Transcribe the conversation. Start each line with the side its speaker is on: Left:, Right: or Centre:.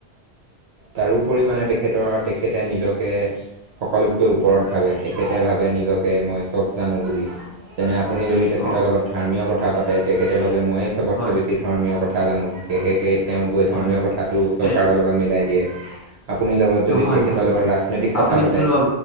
Right: তাৰো পৰিমাণে তেখেতৰ তেখেতে নিজকে সকলোতকৈ ওপৰত ভাবে তেখেতে ভাবে- নিজকে মই চব জানো বুলি যেনে- আপুনি যদি তেখেতৰ
Left: অঁ
Right: লগত ধৰ্মীয় কথা পাতে তেখেতে ভাবে ময়ে চবতকৈ
Left: হয়
Right: বেছি ধৰ্মীয়, কথা জানো। সেয়ে সে তেওঁ গৈ ধৰ্মীয়,
Left: হয় হয়
Right: কথাটো চৰকাৰৰ
Left: সেই
Right: লগত মিলাই দিয়ে। আপুনি লগত যদি
Left: নহয়
Right: তেখেতৰ
Left: নহয় নহয়
Right: লগত ৰাজনৈতিক কথা
Left: আপুনি
Right: পাতে-
Left: ভুল ভাবিছে